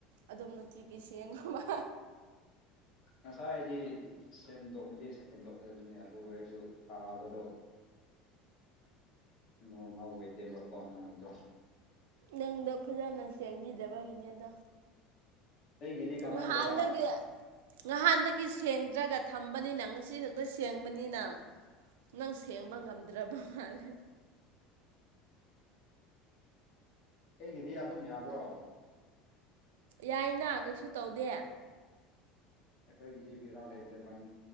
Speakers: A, on the right; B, on the left.
A: ꯑꯗꯨꯝ ꯅꯨꯡꯇꯤꯒꯤ ꯁꯦꯡꯉꯣꯕ
B: ꯉꯁꯥꯏꯗꯤ ꯁꯦꯟꯗꯣꯛꯕꯗꯤ ꯁꯦꯟꯗꯣꯛꯈ꯭ꯔꯕꯅꯤ ꯑꯗꯨ ꯑꯣꯏꯔꯁꯨ ꯇꯥꯕꯗꯣ ꯅꯣꯔꯃꯦꯜ ꯑꯣꯏꯇꯦꯕꯀꯣ ꯅꯪꯒꯤꯗꯣ
A: ꯅꯪꯗꯣ ꯐꯖꯅ ꯁꯦꯡꯕꯤꯗꯕꯒꯤꯅꯦ ꯑꯗꯣ
B: ꯑꯩꯒꯤꯗꯤ ꯀꯃꯥꯏꯅ
A: ꯉꯍꯥꯟꯗꯒꯤ
B: ꯇꯧꯕ
A: ꯉꯍꯥꯟꯗꯒꯤ ꯁꯦꯡꯗ꯭ꯔꯒ ꯊꯝꯕꯅꯤꯅ ꯉꯁꯤ ꯗ ꯁꯦꯡꯕꯅꯤꯅ ꯅꯪ ꯁꯦꯡꯕ ꯉꯝꯗ꯭ꯔꯥꯕ ꯃꯥꯜꯂꯦ
B: ꯑꯩꯒꯤꯗꯤ ꯑꯗꯨꯝ ꯌꯥꯕ꯭ꯔꯣ
A: ꯌꯥꯏꯅ ꯀꯩꯁꯨ ꯇꯧꯗꯦ
B: ꯑꯩꯈꯣꯏꯒꯤꯗꯤ ꯕꯤꯔꯥ ꯂꯩꯇꯦꯕꯜ